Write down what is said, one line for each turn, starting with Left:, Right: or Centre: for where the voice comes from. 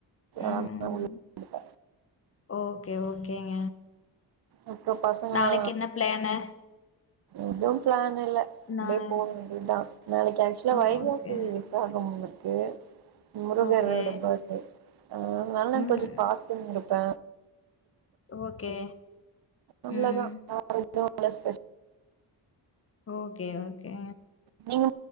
Left: ம்
Right: அதா உள்ள வந்துட்ட
Left: ஓகே ஓகேங்க
Right: அப்போ பசங்களா
Left: நாளைக்கு என்ன பிளானு
Right: ஏதோ பிளானில்ல அப்டியே
Left: நானு
Right: போ வேண்டிதா நாளைக்கு ஆக்சுலா
Left: ஆ
Right: வைகாசி
Left: ஓகே
Right: ஸ்வாகம் க்கு முருகரோட
Left: ஓகே
Right: பர்த்டே அதனால
Left: ம்
Right: கொஞ்சோ பாஸ்டிங் இருப்பே
Left: ஓகே
Right: அவ்ளதான்
Left: ம்
Right: பிளஸ் பிளஸ்
Left: ஓகே ஓகே
Right: நீங்க